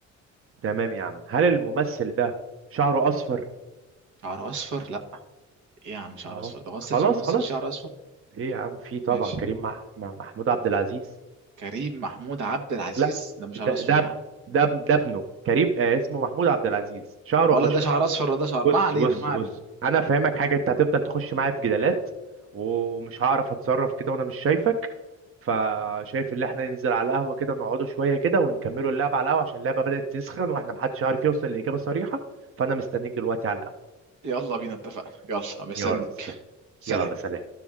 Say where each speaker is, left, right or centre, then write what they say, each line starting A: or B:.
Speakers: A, on the right; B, on the right.
A: تمام يا عم هل الممثل ده شعره اصفر
B: شعر اصفر لا ايه يا عم شعر
A: اه
B: اصفر ده اصلا
A: خلاص
B: في ممثل
A: خلاص
B: شعر اصفر
A: ايه يا عم في طبعا
B: ماشي
A: كريم مع... مع محمود عبد العزيز
B: كريم محمود عبد العزيز
A: لا
B: ده مش
A: ده
B: شعر اصفر
A: ده اب-
B: يا عم
A: ده اب- ده ابنه كريم آه اسمه محمود عبد العزيز شعره
B: ولا
A: اشقر
B: ده شعر اصفر ولا ده شعر
A: بص
B: ما علينا
A: بص
B: ما علينا
A: بص انا افهمك حاجه انت هتفضل تخش معايا في جدالات ومش هعرف اتصرف كده وانا مش شايفك فشايف ان احنا ننزل على القهوه كده نقعدوا شويه كده ونكملوا اللعبه على القهوه عشان اللعبه بدات تسخن واحنا محدش عارف يوصل لاجابه صريحه فانا مستنيك دلوقتي على القهوه
B: يلا بينا اتفقنا يلا مستنيك
A: يلا س-
B: سلام
A: يلا سلام